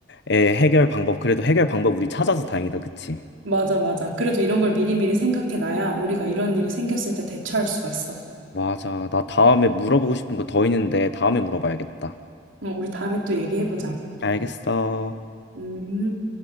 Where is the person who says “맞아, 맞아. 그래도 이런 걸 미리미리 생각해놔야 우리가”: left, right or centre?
Right